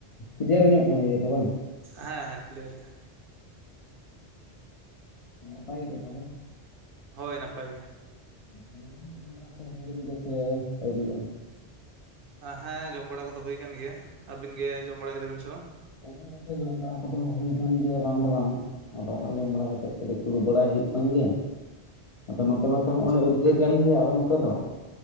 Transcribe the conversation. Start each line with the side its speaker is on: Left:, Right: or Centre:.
Left: ᱟᱡᱚᱢᱚᱜ ᱠᱟᱱ ᱜᱮᱭᱟ ᱛᱚ ᱵᱟᱝ?
Right: ᱦᱮᱸ ᱦᱮᱸ ᱠᱞᱤᱭᱟᱨ ᱜᱮ
Left: <unintelligible>
Right: ᱦᱳᱭ ᱱᱟᱯᱟᱭ ᱜᱮ᱾
Left: <unintelligible>
Right: ᱦᱮᱸ ᱡᱚᱢ ᱵᱟᱲᱟ ᱠᱚᱫᱚ ᱦᱩᱭ ᱠᱟᱱ ᱜᱮᱭᱟ, ᱟᱹᱵᱤᱱ ᱜᱮ ᱡᱚᱢ ᱵᱟᱲᱟ ᱠᱮᱫᱟ ᱵᱤᱱ ᱥᱮ ᱵᱟᱝ?
Left: <unintelligible> ᱡᱚᱢ ᱵᱟᱲᱟ ᱠᱚᱫᱚ ᱦᱩᱭ ᱠᱟᱱ ᱜᱮᱭᱟ ᱵᱟᱝ ᱫᱚ ᱵᱟᱝ ᱟᱫᱚ ᱚᱸᱭ ᱡᱚᱢ ᱵᱟᱲᱟ ᱠᱟᱛᱮ ᱠᱟᱹᱴᱤᱡ ᱫᱩᱲᱩᱵ ᱵᱟᱲᱟᱭ ᱦᱩᱭᱩᱜ ᱠᱟᱱ ᱜᱮᱭᱟ ᱟᱫᱚ ᱱᱚᱛᱮ ᱢᱟᱛᱚ ᱦᱚᱸᱜᱼᱚᱭ
Right: ᱟᱪᱪᱷᱟ
Left: ᱩᱫᱽᱜᱟᱹᱨ ᱠᱟᱱ ᱜᱮᱭᱟ ᱟᱞᱮ ᱱᱚᱛᱮ ᱫᱚ᱾